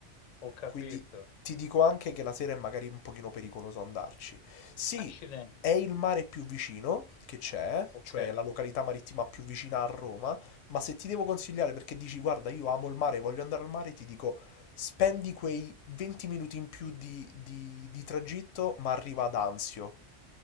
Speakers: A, on the left; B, on the left.
A: Ho capito.
B: Quindi ti dico anche che la sera è magari un pochino pericoloso andarci. Sì,
A: Accidenti,
B: è il mare più vicino che c'è,
A: ok.
B: cioè la località marittima più vicina a Roma, ma se ti devo consigliare perché dici guarda, io amo il mare, voglio andare al mare, ti dico spendi quei 20 minuti in più di, di- di tragitto, ma arriva ad Anzio.